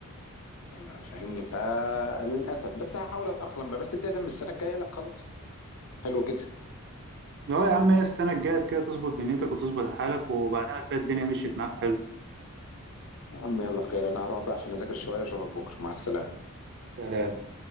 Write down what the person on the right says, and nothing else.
اه يا عم هي السنه الجايه كده تظبط دنيتك وتظبط حالك وبعدها تلاقي الدنيا مشيت معاك حلو
سلام